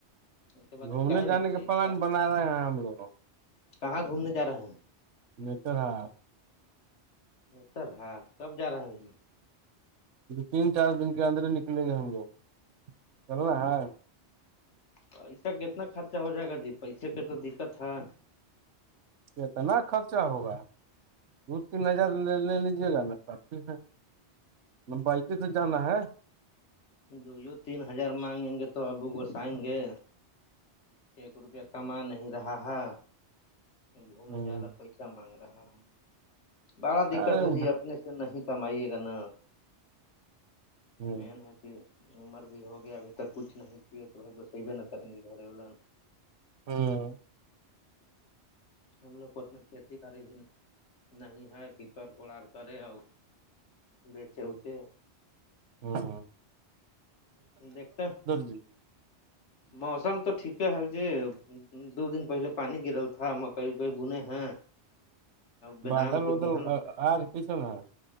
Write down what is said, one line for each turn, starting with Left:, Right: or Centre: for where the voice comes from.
Left: اس کے بعد
Right: گھومنے
Left: نکاح
Right: جانے
Left: میں کھیائی
Right: کا
Left: کیا
Right: پلان بنا رہے ہیں ہم لوگوں
Left: کہاں گھومنے جا رہے ہیں
Right: نہیں تور ہاں
Left: تر ہاں کب جا رہے ہیں گی
Right: تین چار دن کے اندر ہی نکلیں گے ہم لوگ چلو نا ہے
Left: پیسہ کتنا خرچہ ہو جائے گا جی پیسے کے تو دقت ہے
Right: اتنا خرچہ ہوگا دو تین ہزار لے لے لیجیے گا نا سفی ہے ن بائک سے جانا ہے
Left: جو یوں تین ہزار مانگیں گے تو ابو گسائیں گے ایک روپیہ کما نہیں رہا ہے گھومنے
Right: ہ
Left: جا لا پیسہ مانگ رہا ہے بڑا دقت
Right: ارے
Left: ہے
Right: ادھر
Left: جی اپنے نہیں کمائیے کرنا
Right: ہ
Left: مین ہے کہ عمر بھی ہوگیا ابھی تک کچھ نہیں پ تو بھائی گسے بھی نہ کریں گے گھر والا
Right: ہاں
Left: ہم لوگ کو اتنا کھیتی کرڑی بھی نہیں نہیں ہے پکر کوڑار کرے اور بیچے اچے
Right: ہاں ہاں <unintelligible>
Left: دیکھتے
Right: جی
Left: موسم تو ٹھیک ہے ہےال جی دو دن پہلے پانی گرل تھا مکئی اکئی بنے ہیں بیدام
Right: بادل
Left: کے
Right: ودل
Left: بہن
Right: آج کیسن ہے